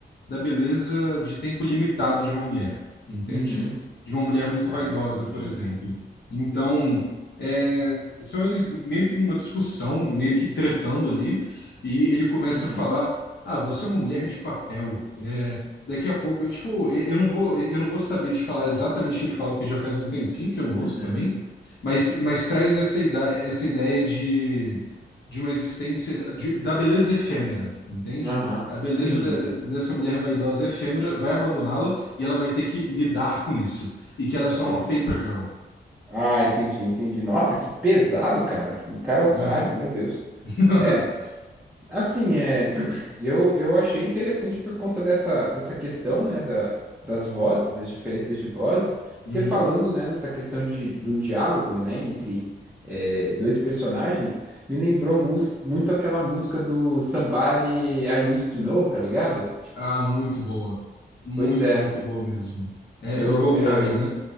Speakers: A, on the left; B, in the centre.
A: da beleza de tempo limitado de uma mulher, entende?
B: Uhum.
A: De uma mulher muito
B: Ah,
A: vaidosa,
B: entendi.
A: por exemplo. Então, é, são eles meio que numa discussão, meio que tretando ali, e ele começa
B: Uhum,
A: a falar: Ah, você é uma mulher de papel. É, daqui a pouco, eu, tipo, eu eu não vou, eu não vou saber te falar exatamente o que ele fala, porque já faz um tempinho que eu não ouço
B: uhum,
A: também, mas, mas traz essa ideia, essa ideia de de uma existência de- da beleza efêmera, entende?
B: aham.
A: A beleza
B: Entendi,
A: da-
B: entendi,
A: da- dessa mulher vaidosa efêmera vai abandoná-la e ela vai ter que lidar com isso. E que ela é só
B: entendi.
A: uma paper girl.
B: Ah, entendi, entendi. Nossa, que pesado, cara. Que cara otário,
A: Aham.
B: meu Deus.
A: <laughs>
B: É, assim, é, <clears throat> eu, eu achei interessante por conta dessa, dessa questão, né, da, das vozes, das diferenças de vozes.
A: Uhum.
B: Você falando, né, nessa questão de, de um diálogo, né, entre é, dois personagens, me lembrou mus- muito aquela música do Somebody I Used to Know, tá ligado?
A: Ah, muito boa. Muito,
B: Pois é.
A: muito boa mesmo. É,
B: Eu,
A: é do Goltai,
B: eh,
A: né?